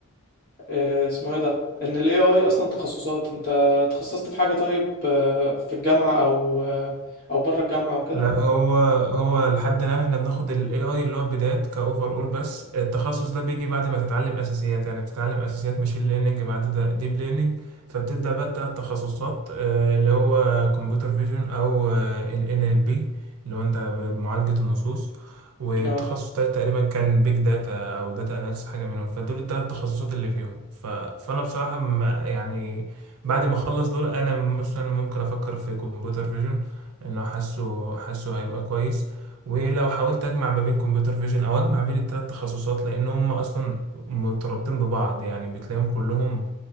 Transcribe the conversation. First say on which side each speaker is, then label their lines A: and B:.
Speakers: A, on the left; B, on the right.
A: آه، اسمه ايه ده ان الاي اي اصلا تخصصات انت تخصصت في حاجة طيب آه، في الجامعة او آه، او بره الجامعة او كده
B: لا هو هو لحد الآن احنا بناخد ال AI اللي هو بدايات كأوفر أول بس التخصص ده بيجي بعد ما تتعلم أساسيات يعني بتتعلم أساسيات ماشين ليرنينج بعد ده ديب ليرنينج فبتبدأ بقى التلات تخصصات آه، اللي هو كمبيوتر فيجن أو آه، ال NLP اللي هو أنت بمعالجة النصوص والتخصص
A: اه
B: التالت تقريبا كان بيج داتا أو داتا أناليسيس حاجة منهم فدول التلات تخصصات اللي فيهم ف... فأنا بصراحة ما- يعني بعد ما اخلص دول انا مثلا ممكن افكر في كمبيوتر فيجن انه حاسه حاسه هيبقى كويس ولو حاولت اجمع ما بين كمبيوتر فيجن او اجمع بين الثلاث تخصصات لان هم اصلا مترابطين ببعض يعني بتلاقيهم كلهم